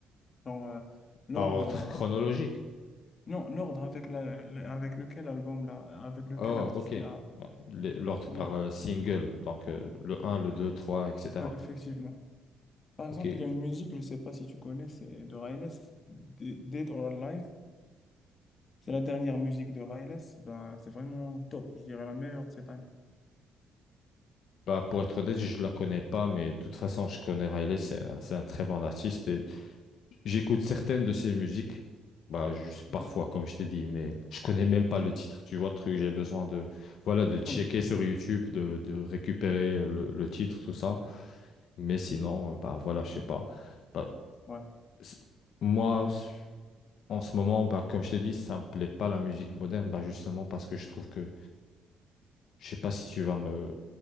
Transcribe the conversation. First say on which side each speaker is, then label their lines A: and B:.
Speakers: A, on the left; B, on the left.
A: Dans euh, l'ordre,
B: par ordre
A: euh,
B: chronologique.
A: non, l'ordre avec, la, la- avec lequel album, là, avec lequel
B: Oh,
A: artiste,
B: ok.
A: là.
B: Bon, les- L'ordre
A: Ouais.
B: par euh, single, donc euh, le un, le 2, 3, etc.
A: Ouais, effectivement. Par exemple,
B: Ok.
A: il y a une musique, je sais pas si tu connais, c'est de Riles, D- Dead or Alive. C'est la dernière musique de Riles. Ben, c'est vraiment top, je dirais la meilleure de cette année.
B: Bah, pour être honnête, je la connais pas, mais de toute façon, je connais Riley, c'est un, c'est un très bon artiste et j'écoute certaines de ses musiques, bah, juste parfois,
A: <laughs>
B: comme je t'ai dit, mais je connais même pas le titre. Tu vois le truc, j'ai besoin de, voilà, de checker
A: Ouais.
B: sur YouTube, de, de récupérer euh, le, le titre, tout ça. Mais sinon, euh, bah, voilà, je sais pas. Bah,
A: Ouais.
B: c- moi, En ce moment, bah, comme je t'ai dit, ça me plaît pas la musique moderne, bah, justement parce que je trouve que, je sais pas si tu vas me,